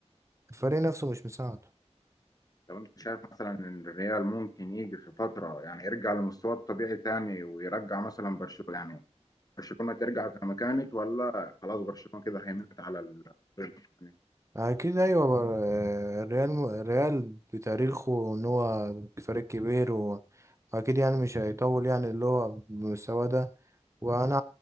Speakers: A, on the right; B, on the left.
A: الفريق نفسه مش مساعده
B: طب انت شايف مثلا ان الريال ممكن يجي في فتره يعني يرجع لمستواه الطبيعي تاني ويرجع مثلا برشلونه يعني برشلونه ترجع زي ما كانت ولا خلاص برشلونه كده هيمنت على ال <laughs> يعني.
A: اكيد ايوه بر- آه، الريال م- الريال بتاريخه ان هو فريق كبير و- واكيد يعني مش هيطول يعني اللي هو بالمستوى ده وانا